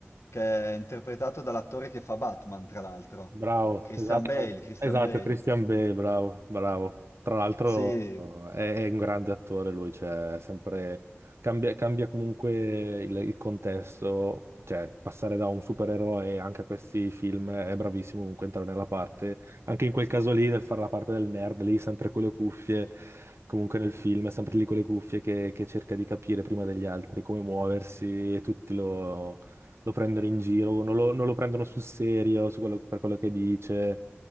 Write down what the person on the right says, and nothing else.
Bravo,
esatto,
esatto,
Christian Bale, bravo, bravo. Tra l'altro
è, è un grande attore lui, cioè sempre cambia, cambia comunque il, il contesto, cioè passare da un supereroe anche a questi film è bravissimo comunque entrare nella parte, anche in quel caso lì nel fare la parte del nerd, lì sempre con le cuffie, comunque nel film è sempre lì con le cuffie che, che cerca di capire prima degli altri come muoversi e tutti lo lo prendono in giro, non lo, non lo prendono sul serio su quello- per quello che dice.